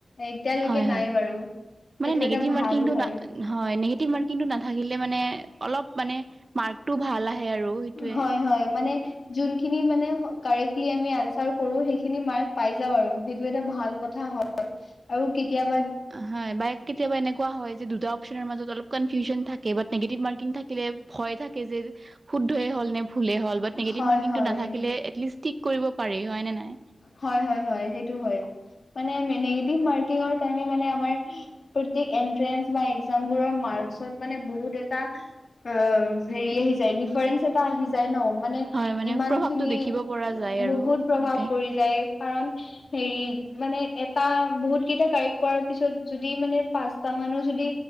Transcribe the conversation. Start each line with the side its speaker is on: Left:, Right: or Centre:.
Left: এতিয়ালৈকে
Right: হয়
Left: নাই
Right: হয়।
Left: বাৰু সেইটো
Right: মানে নিগেটিভ
Left: এটা ভাল
Right: মাৰ্কিংটো
Left: হয়।
Right: না হয়, নিগেটিভ মাৰ্কিংটো নাথাকিলে মানে অলপ মানে মাৰ্কটো ভাল আহে আৰু। সেইটোৱে
Left: হয়, হয় মানে। যোনখিনি মানে কাৰেক্টলি আমি আনচাৰ কৰো সেইখিনি মাৰ্ক পাই যাওঁ আৰু। সেইটো এটা ভাল কথা হয় আৰু কেতিয়াবা
Right: হয়, ব কেতিয়াবা এনেকুৱা হয় যে দুটা অপশচনৰ মাজত অলপ কনফিউজনন থাকে বা নিগেটিভ মাৰ্কিং থাকে থাকিলে ভয় থাকে যে শুদ্ধয়ে হ'ল নে ভুলেই হল ব নিগেটিভ
Left: হয়
Right: মাৰ্কিংটো
Left: হয়
Right: নাথাকিলে এটলিষ্ট ষ্টিক কৰিব পাৰি হয় নে নাই।
Left: হয়, হয়, হয় সেইটো হয় মানেগেটিভ মাৰ্কিৰ <unintelligible> বাৰকত মানে বহুত এটা অ, হেৰি আহি যায় ডিফাৰেন্ঞ্চ এটা আহি যায় ন। মানে
Right: হয় মানে
Left: ইমান
Right: প্ৰভাৱটো
Left: খিনি,
Right: দেখিব পৰা যায় আৰু
Left: বহুত প্ৰভাৱ
Right: এনেকে
Left: পৰি যায়। কাৰণ হেৰি মানে এটা বহুত কেইটা কাৰেক্ট কৰাৰ পিছত যদি মানে পাঁচটা মানো যদি